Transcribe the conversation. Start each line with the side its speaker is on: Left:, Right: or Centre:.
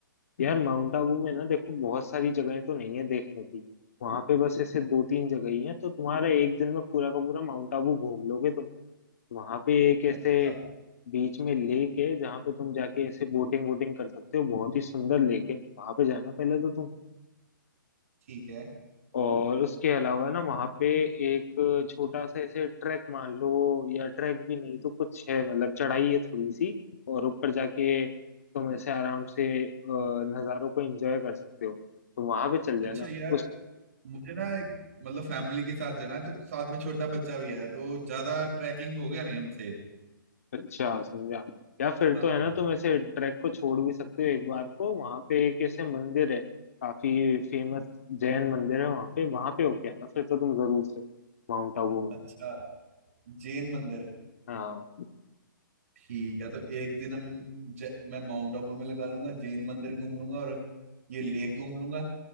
Left: यार माउंट आबू में ना देखो बहुत सारी जगहें तो नहीं है देखने की वहां पे बस ऐसे दो तीन जगह ही हैं तो तुम्हारा एक दिन में पूरा का पूरा माउंट आबू घूम लोगे तुम वहां पे एक
Right: अच्छा
Left: ऐसे बीच में लेक है जहाँ पे तुम जाके ऐसे बोटिंग वोटिंग कर सकते हो बहुत ही सुंदर लेक है वहां पे जाना पहले तो तुम
Right: ठीक है
Left: और उसके अलावा ना वहाँ पे एक छोटा सा ऐसे ट्रैक मान लो या ट्रैक भी नहीं तो कुछ है मतलब चढ़ाई है थोड़ी सी और ऊपर जाके तुम ऐसे आराम से अ, नज़ारों को एंजॉय कर सकते हो तो वहां पे चल
Right: अच्छा
Left: जाना
Right: यार
Left: उस
Right: मुझे ना एक मतलब फैमिली के साथ जाना है तो साथ में छोटा बच्चा भी है तो ज्यादा ट्रैकिंग हो गया नहीं हमसे
Left: अच्छा समझा या फिर
Right: हाँ
Left: तो है
Right: हाँ
Left: ना तुम ऐसे ट्रैक को छोड़ भी सकते हो एक बार को वहां पे एक ऐसे मंदिर है काफी फेमस जैन मंदिर है वहां पे वहां पे होके आना फिर तो तुम जरूर से माउंट आबू में
Right: अच्छा जैन मंदिर
Left: हाँ
Right: ठीक है तो एक दिन हम ज, मैं माउंट आबू में लगा लूंगा जैन मंदिर घूम लूंगा और ये लेक घूम लूंगा